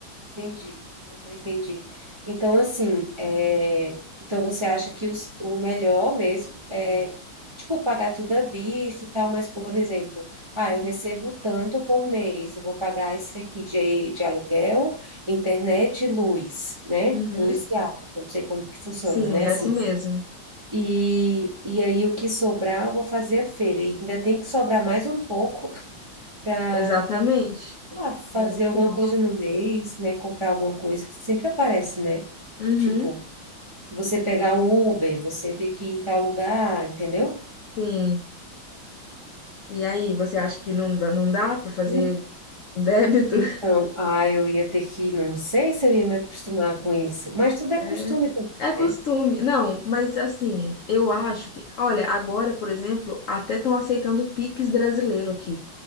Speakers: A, on the right; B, on the left.
A: Entendi, Aham, entendi. Então, assim, é, então você acha que os- o melhor mesmo é, tipo, pagar tudo à vista e tal, mas, por exemplo, ah, eu recebo tanto por mês, eu vou pagar esse aqui de, de aluguel, internet e luz, né?
B: Uhum.
A: Luz e água, eu não sei como que funciona,
B: Sim,
A: né?
B: é
A: Assim,
B: assim mesmo.
A: e, e aí o que sobrar eu vou fazer a feira, e ainda tem que sobrar mais um pouco <laughs> para
B: Exatamente.
A: ah, fazer
B: Exatamente.
A: alguma coisa no mês, né? Comprar alguma coisa que sempre aparece, né?
B: Uhum.
A: Tipo, você pegar um Uber, você ter que ir em tal lugar, entendeu?
B: Sim. E aí, você acha que não, dá- não dá para fazer
A: En-
B: débito?
A: Então,
B: <laughs>
A: ah, eu ia ter que, não sei se eu ia me acostumar com isso, mas tudo é costume
B: É.
A: também,
B: É costume.
A: né?
B: Não, mas assim, eu acho que. Olha, agora, por exemplo, até estão aceitando o Pix brasileiro aqui,